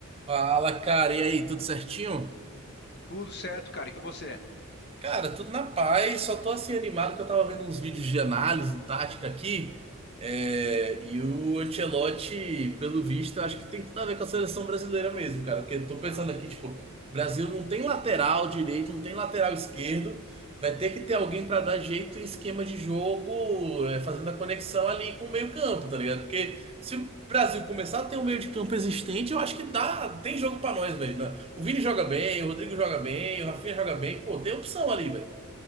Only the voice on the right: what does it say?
Fala, cara, e aí, tudo certinho?
Cara, tudo na paz, só tô assim animado que eu tava vendo uns vídeos de análise tática aqui, é, e o Ancelotti, pelo visto, eu acho que tem tudo a ver com a seleção brasileira mesmo, cara, porque eu tô
pensando aqui, tipo, o Brasil não tem lateral direito, não tem lateral esquerdo, vai ter que ter alguém pra dar jeito em esquema de jogo, é, fazendo a conexão ali com o meio-campo, tá ligado? Se o Brasil começar a ter um meio de campo existente, eu acho que dá, tem jogo pra nós, velho. né? O Vini joga bem, o Rodrigo joga bem, o Rafinha joga bem, pô, tem opção ali, velho.